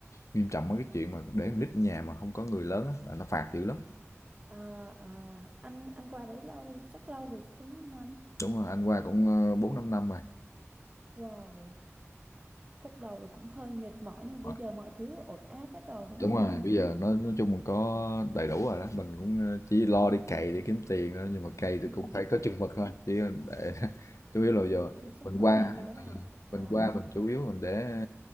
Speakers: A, on the left; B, on the right.
A: nghiêm trọng mấy cái chuyện mà để con nít nhà mà không có người lớn á là nó phạt dữ lắm.
B: À, à, anh anh qua đấy lâu chắc lâu rồi chứ đúng không anh?
A: Đúng rồi, anh qua cũng, ơ, 4-5 năm năm rồi.
B: Wow, khúc đầu là cũng hơi mệt mỏi nhưng mà bây
A: Rồi,
B: giờ mọi thứ ổn áp hết rồi đúng
A: đúng
B: không
A: rồi,
B: anh?
A: bây giờ nói nói chung mình có đầy đủ rồi đó, mình cũng, ơ, chỉ lo đi cày để kiếm tiền thôi, nhưng mà cày thì
B: <laughs>
A: cũng phải có chừng mực thôi, chỉ, để <laughs> chủ yếu là giờ
B: Giữ gìn sức
A: mình
B: khỏe
A: qua
B: nữa này. Đó.
A: mình qua mình chủ yếu mình để ờ,